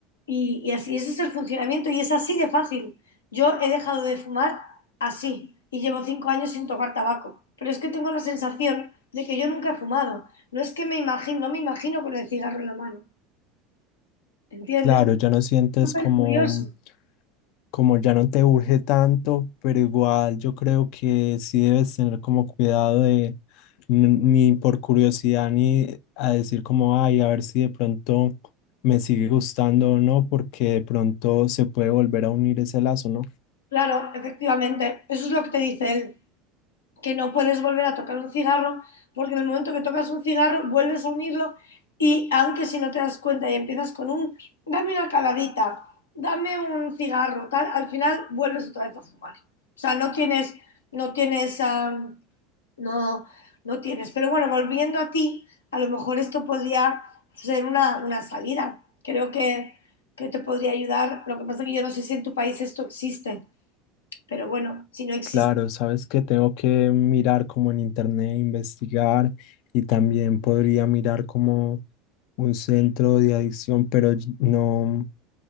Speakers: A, on the left; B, on the left.
A: Y, y así, ese es el funcionamiento y es así de fácil. Yo he dejado de fumar así y llevo cinco años sin tocar tabaco. Pero es que tengo la sensación de que yo nunca he fumado. No es que me imagino, no me imagino con el cigarro en la mano. ¿Entiendes?
B: Claro, ya no sientes
A: Súper
B: como
A: curioso.
B: como ya no te urge tanto, pero igual yo creo que sí debes tener como cuidado de n- ni por curiosidad ni a decir como, ay, a ver si de pronto me sigue gustando o no, porque de pronto se puede volver a unir ese lazo, ¿no?
A: Claro, efectivamente, eso es lo que te dice él. que no puedes volver a tocar un cigarro, porque en el momento que tocas un cigarro vuelves a unirlo y aunque si no te das cuenta y empiezas con un, dame una caladita, dame un cigarro, tal, al final vuelves otra vez a fumar. O sea, no tienes, no tienes, um, no, no tienes. Pero bueno, volviendo a ti, a lo mejor esto podría ser una, una salida. Creo que, que te podría ayudar. Lo que pasa es que yo no sé si en tu país esto existe, pero bueno, si no existe,
B: Claro, sabes que tengo que mirar como en internet, investigar y también podría mirar como un centro de adicción, pero ll- no.